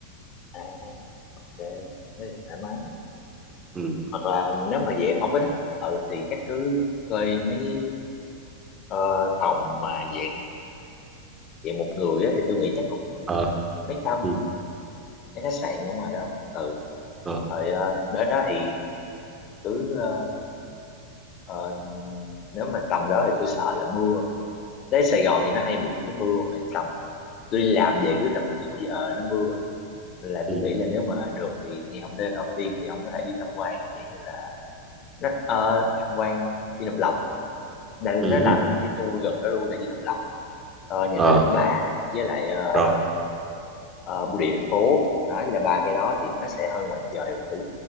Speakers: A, on the left (about 35°); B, on the right (about 20°).
A: à ok thế thì thoải mái
B: ừ.
A: hoặc là nếu mà vậy ông có thích ừ thì chắc cứ thuê mấy Ờ, phòng mà dạng dạng một người á, thì tôi nghĩ chắc cũng
B: ờ
A: mấy trăm
B: ừ.
A: mấy khách sạn ở ngoài đó ừ
B: ờ
A: rồi ờ, đến đó thì cứ ờ, ờ, nếu mà tầm đó thì tôi sợ là mưa đến Sài Gòn thì nó hay bị cái mưa mà tầm tôi đi làm về cứ tầm năm sáu giờ nó mưa là
B: ừ
A: tôi nghĩ là nếu mà được thì ngày hôm nay đầu tiên thì ông có thể đi tham quan dạng như là nó ờ, tham quan Dinh Độc Lập Đà-
B: ừ
A: nó làm
B: ừ.
A: thành một cái tour gần đó luôn là Dinh Độc Lập ờ, nhà
B: ờ
A: thờ Đức Bà với lại ờ,
B: rồi
A: ờ, bưu điện thành phố đấy là ba cái đó thì nó sẽ hơi ngoài trời một tí